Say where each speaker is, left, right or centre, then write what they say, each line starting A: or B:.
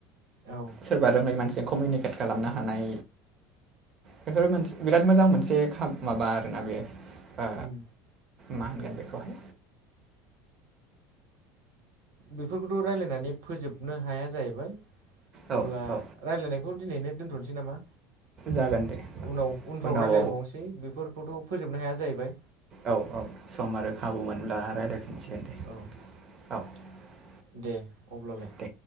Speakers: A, on the right (about 65°); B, on the right (about 35°).
A: औ
B: सोरबा रोङै मानसिजों कमिउनिकेट खालामनो हानाय बेफोरो मोनसे बिराद मोजां मोनसे खा माबा आरोना बे ओ
A: उम
B: मा होनगोन बेखौहाय
A: बेफोरखौथ' रायलायनानै फोजोबनो हाया जाहैबाय
B: औ
A: अब्ला
B: औ
A: रायलायनाय खौ दिनैनो दोनथ'नोसै नामा?
B: जागोन दे
A: उनाव उनफ्राव
B: उनाव
A: रायलायबावनोसै बेफोरखौथ' फोजोबनो हाया जाहैबाय।
B: औ औ सम आरो खाबु मोनब्ला रायलायफिनसिगोन दे
A: औ
B: औ।
A: दे अब्लालाय।
B: दे